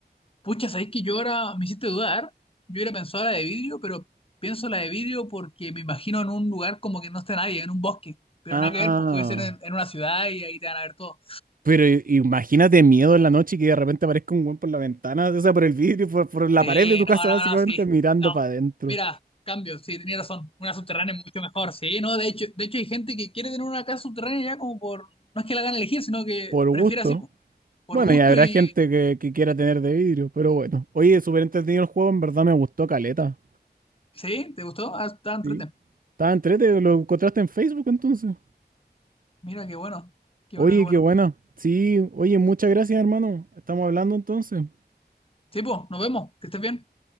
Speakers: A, on the left; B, on the right.
A: Pucha, ¿sabéis que yo ahora me hiciste dudar? Yo hubiera pensado la de vidrio, pero pienso la de vidrio porque me imagino en un lugar como que no está nadie, en un bosque. Pero
B: Ah,
A: nada que ver, pues puede ser en, en una ciudad y ahí te van a ver todo.
B: pero i- imagínate miedo en la noche y que de repente aparezca un weón por la ventana, o sea, por el vidrio, por, por la
A: Sí,
B: pared de tu
A: no,
B: casa,
A: no,
B: básicamente
A: no, sí.
B: mirando
A: No.
B: para adentro.
A: Mira, cambio, sí, tenía razón. Una subterránea es mucho mejor. Sí, no, de hecho, de hecho hay gente que quiere tener una casa subterránea ya como por. No es que la hagan elegir, sino que
B: Por
A: prefiere
B: gusto.
A: así, po, por
B: Bueno,
A: gusto
B: y habrá
A: y.
B: gente que, que quiera tener de vidrio, pero bueno. Oye, súper entretenido el juego, en verdad me gustó caleta.
A: Sí, ¿te gustó? Ah, está enfrente.
B: Sí. Estaba entrete, lo encontraste en Facebook entonces.
A: Mira, qué bueno. Qué
B: Oye,
A: bueno, qué bueno.
B: qué buena. Sí, oye, muchas gracias, hermano. Estamos hablando entonces.
A: Sí, pues, nos vemos. Que estés bien.